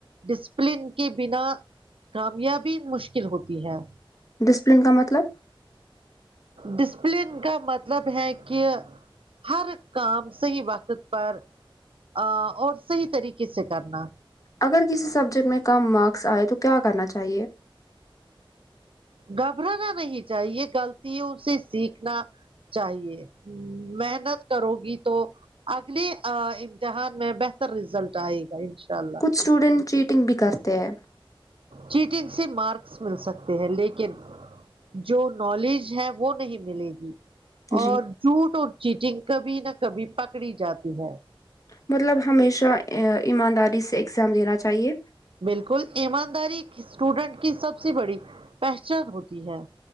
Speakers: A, on the right (about 75°); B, on the left (about 40°).
A: ڈسپلن کے بنا کامیابی مشکل ہوتی ہے
B: ڈسپلن کا مطلب
A: ڈسپلن کا مطلب ہے کہ ہر کام صحیح وقت پر آ اور صحیح طریقے سے کرنا
B: اگر کسی سبجیکٹ میں کم مارکس آئے تو کیا کرنا چاہیے
A: گھبرانا نہیں چاہیے غلطتیوں سے سیکھنا چاہیے محنت کرو گی تو اگلے امتحان میں بہتر رزلٹ آئے گا ان شاء اللہ
B: کچھ اسٹوڈینٹ چیٹنگ بھی کرتے ہیں
A: چیٹنگ سے مارکس مل سکتے ہیں لیکن جو نالج ہے وہ نہیں ملے گی
B: جی
A: اور جھوٹ اور چیٹنگ کبھی نہ کبھی پکڑی جاتی ہے
B: مطلب ہمیشہ ایمانداری سے ایگزام دینا چاہیے
A: بالکل ایمانداری اسٹوڈنٹ کی سب سے بڑی پہچان ہوتی ہے